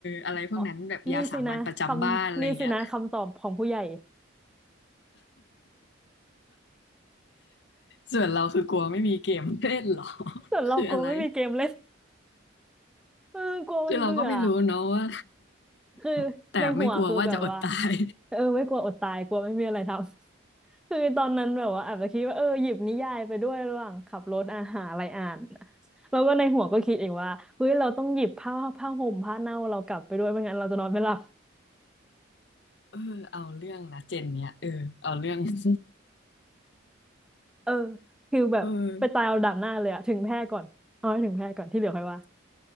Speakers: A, on the left; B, in the centre.
A: อะไรพวกนั้นแบบยาสามัญประจำบ้านอะไรเงี้ย
B: อ๋อนี่สินะคำนี่สินะคำตอบของผู้ใหญ่
A: ส่วนเราคือกลัวไม่มีเกมเล่นเหรอ <laughs>
B: ส่วนเรากลัวไม่มีเกมเล่น
A: คืออะไร
B: เออกลัวมันเบื่อ
A: คือเราก็ไม่รู้เนาะว่า
B: คือในหัวคือแบบว่า
A: <laughs> แต่ไม่กลัวว่าจะอดตาย
B: เออไม่กลัวอดตายกลัวไม่มีอะไรทำ <laughs> คือตอนนั้นแบบว่าอาจจะคิดว่าเออหยิบนิยายไปด้วยระหว่างขับรถอาหารอะไรอ่านแล้วก็ในหัวก็คิดเองว่าเฮ้ยเราต้องหยิบผ้าผ้าห่มผ้าเน่าเรากลับไปด้วยไม่งั้นเราจะนอนไม่หลับ
A: เออเอาเรื่องนะเจนเนี่ยเออเอาเรื่อง <laughs>
B: เออคือแบบไปตายเอาดับหน้าเลยอะถึงแพร่ก่อนเอาให้ถึงแพร่ก่อนที่เหลือค่อยว่า
A: เออ